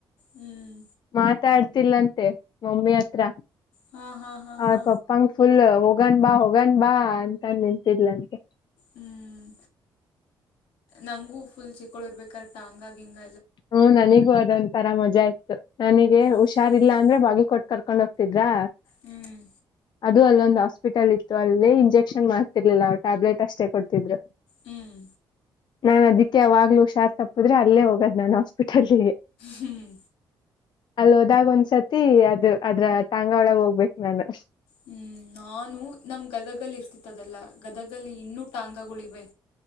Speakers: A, on the left (about 85°); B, on the left (about 55°).
A: ಹ್ಞೂ
B: ಮಾತಾಡ್ತಿಲ್ಲಂತೆ ಮಮ್ಮಿ ಹತ್ರ
A: ಹಾ ಹಾ ಹಾ
B: ಹ
A: ಹಾ
B: ಪಪ್ಪಾಂಗ ಫುಲ್ೋಗ ಹೋಗನ್್ ಬಾ ಹೋಗ್ ಬಾ ಅಂತ ನಿಂತಿಲ್ಲ ನಂಗೆ
A: ಹ್ಮ್ ನಂಗೂ ಫುಲ್ ಚಿಕ್ಕಳ ಇರ್ಬೇಕಾರಟ ಹಂಗ ಹಿಂಗ
B: ಹ್ಮ ನನಿಗೂ ಅದೊಂಂತರ ಮಜಾ ಇತ್ತು ನನಿಗೆ
A: ನನಗೆ
B: ಹುಷಾರ್ಿಲ್ಲಾ
A: ಫುಲ್ಲು
B: ಅಂದ್ರೆ ಬಾಗಿ ಕೊಟ್ಟ ಕರ್ಕೊಂಡ್ ಹೋಗ್ತಿದ್ರಾ
A: ಹ್ಮ್
B: ಅದು ಅಲ್ಲೊಂದು ಆಸ್ ಹಾಸ್ಪಿಟಲ್ ಇತ್ತು ಅಲ್ಲೇ ಇಂಜೆಕ್ಷನ್ ಮಾಡ್ತಿರ್ಲಿಲ್ಲ ಅವವು ಟ್ಯಾಬ್ಲೆಟ್ ಅಷ್ಟೇ ಕೊಡ್ತಿದ್ರು
A: ಹ್ಮ್
B: ನಾನ್ ಅದಿಕ್ಕೆ ಅವಾವಾಗ್ಲುೂ ಶಾರ್ ತಪ್ಪಿದ್ರೆ ಅಲ್ಲೇ ಹೋಗದ್ ನನ್ ಹಾಸ್ಪಿಟಲ್ಗೆ
A: ಹ್ಮ್
B: ಅಲ್ ಹೋದಾಗ ಒಂದ್ಸತಿ ಅದು ಅದ್ರ ತಾಂಗಾ ಒಳಗ ಹೋಗ್ಬೇಕಕ್ ನಾನು
A: ಹ್ಮ್ ನಾನು ನಮ್ ಗದಗಲ್ಲಿ ಇರ್ತಿತ್ತದಲ್ಲ ಗದಗದಲ್ಲಿ ಇನ್ನೂ ಟಾಂಗಗಳು ಇಿವವೆ